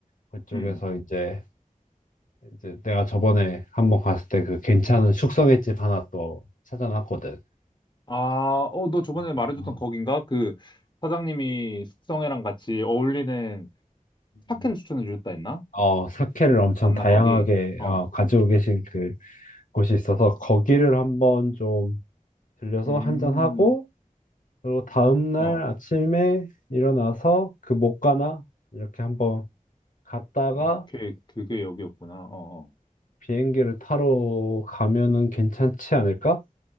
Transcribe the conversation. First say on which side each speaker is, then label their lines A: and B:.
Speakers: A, on the left (about 70°); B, on the left (about 35°).
A: 그쪽에서
B: 음.
A: 이제 이제 내가 저번에 한번 갔을 때 그 괜찮은 숙성횟집 하나 또 찾아놨거든.
B: 아, 어, 너 저번에
A: 아, 아.
B: 말해줬던 거긴가? 그 사장님이 숙성회랑 같이 어울리는
A: 음.
B: 사케를 추천해 주셨다 했나?
A: 어, 사케를 엄청
B: 맞나,
A: 다양하게
B: 거기? 어,
A: 어, 가지고 계신 그 곳이 있어서 거기를 한번 좀 들려서
B: 음,
A: 한 잔하고 그리고 다음날
B: 어,
A: 아침에 일어나서 그 목가나 이렇게 한번 갔다가
B: 오케이. 그게 여기였구나. 어, 어.
A: 비행기를 타러 가면은 괜찮지 않을까?